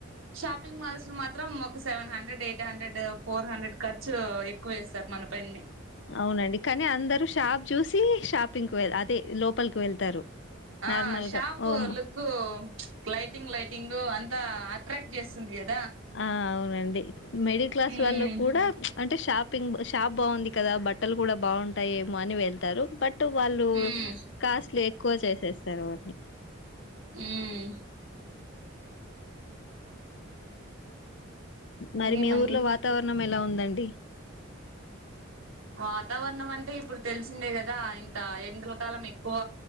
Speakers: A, on the right (about 90°); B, on the left (about 60°).
A: షాపింగ్ మాల్స్ లో మాత్రం ఒక seven hundred eight hundred four hundred ఖర్చు ఎక్కువ వేస్తారు మన పైనే
B: అవునండి కానీ అందరు షాప్ చూసి షాపింగ్ కు వేల్ అదే లోపలికి వెళ్తారు
A: ఆ
B: నార్మల్
A: షాప్
B: గా ఓ
A: లుక్ లైటింగ్ లైటింగ్ అన్ త అట్రాక్ట్ చేస్తుంది అ
B: ఆ అవునండి మిడిల్ క్లాస్
A: ఉమ్
B: వాళ్లు కూడా అంటే షాపింగ్ షాప్ బావుంది కదా బట్టలు కూడా బాగుంటాయేమో అని వెళ్తారు బట్ అటు వాళ్ళు
A: ఉమ్
B: కాస్ట్లు ఎక్కువ చేసేస్తారు వాటిని
A: హ్మ్
B: మరి
A: ఇంకేమండి
B: మీ ఊర్లో వాతావరణం ఎలా ఉందండి
A: వాతావరణం అంటే ఇప్పుడు తెలిసిందే కదా ఇంకా ఎండల కాలం ఎక్కువ